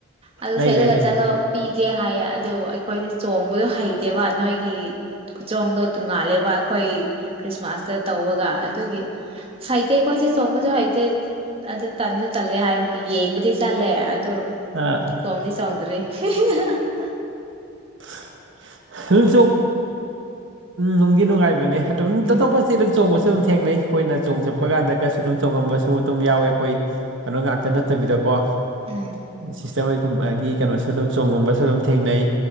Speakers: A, on the right; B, on the right.
A: ꯑꯗꯨ
B: ꯂꯩ
A: ꯁꯦꯠꯂꯒ
B: ꯂꯩ ꯂꯩ
A: ꯆꯠꯂꯣ ꯄꯤꯒꯦ ꯍꯥꯏꯌꯦ ꯑꯗꯨ ꯑꯩꯈꯣꯏꯗꯤ ꯆꯣꯡꯕꯗꯣ ꯍꯩꯇꯦꯕ ꯅꯣꯏꯒꯤ ꯈꯨꯆꯣꯡꯗꯣ ꯇꯣꯡꯉꯥꯜꯂꯦꯕ ꯑꯩꯈꯣꯏ ꯈ꯭ꯔꯤꯁꯃꯥꯁꯇ ꯇꯧꯕꯒ ꯑꯗꯨꯒꯤ ꯁꯥꯏꯖꯦꯛ ꯑꯩꯈꯣꯏꯁꯦ ꯆꯣꯡꯕꯁꯨ ꯍꯩꯇꯦ ꯑꯗꯨ ꯇꯟꯁꯨ ꯇꯜꯂꯦ ꯍꯥꯏꯕꯒꯤ ꯌꯦꯡꯕꯗꯤ ꯆꯠꯂꯦ ꯑꯗꯨ
B: ꯑꯥ
A: ꯆꯣꯡꯅꯤ ꯆꫭꯡꯗ꯭ꯔꯤ <unintelligible>
B: <unintelligible> ꯎꯝ ꯅꯨꯡꯗꯤ ꯅꯨꯡꯉꯥꯏꯕꯅꯦ ꯑꯗꯨꯝ
A: ꯎꯝ
B: ꯇꯣꯇꯣꯞꯄꯁꯤ ꯑꯗꯨꯝ ꯆꯣꯡꯕꯁꯨ ꯑꯗꯨꯝ ꯊꯦꯡꯅꯩ ꯑꯩꯈꯣꯏꯅ ꯆꯣꯡ ꯆꯠꯄ ꯀꯥꯟꯗ ꯀꯁꯨ ꯑꯗꯨꯝ ꯆꯣꯡꯉꯝꯕꯁꯨ ꯑꯗꯨꯝ ꯌꯥꯎꯋꯦ ꯑꯩꯈꯣꯏ ꯀꯩꯅꯣ ꯉꯥꯛꯇ ꯅꯠꯇꯕꯤꯗꯀꯣ
A: ꯎꯝ
B: ꯁꯤꯁꯇꯔ ꯍꯣꯏꯒꯨꯝꯕꯒꯤ ꯀꯩꯅꯣꯁꯨ ꯑꯗꯨꯝ ꯆꯣꯡꯒꯨꯝꯕꯁꯨ ꯑꯗꯨꯝ ꯊꯦꯡꯅꯩ